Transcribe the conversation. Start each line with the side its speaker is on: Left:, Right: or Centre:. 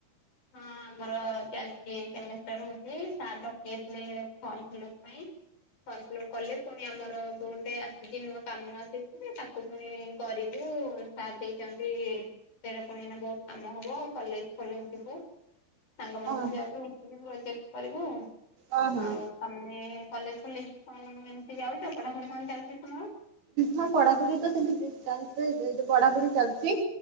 Left: ହଁ ଆମର ଚାଲିଚି ସେମିଷ୍ଟାର ହଉଛି। ସାର୍ ଡ଼କେଇ ଥିଲେ ଫର୍ମ ଫିଲପ ପାଇଁ। ଫର୍ମଫିଲପ କଲେ ପୁଣି ଆମର ଯୋ ଗୋଟେ ଆସିଛି ନୂଆ କାମ ଆସିଛି ତାକୁ ପୁଣି କରିବୁ। ସାର୍ ଦେଇଛନ୍ତି ସେଇଟା ପୁଣି ଏଇନା ବହୁତ କାମ ହବ କଲେଜ ଖୋଲ ବୁ ସାଙ୍ଗମାନେ
Right: ହଁ।
Left: ସବୁ ଯାଉଛୁ ମିଶିକି ପ୍ରୋଜେକ୍ଟ କରିବୁ।
Right: ଅ ହଁ
Left: ଆଉ ତମେ କଲେଜ ଫଲେଜ କଣ କେମିତି ଯାଉଛ? ପଢାପଢି କଣ ଚାଲିଛି ତୁମର?
Right: ହଁ ପଢାପଢି ତ ସେମତି <unintelligible> ପଢାପଢି ଚାଲିଛି।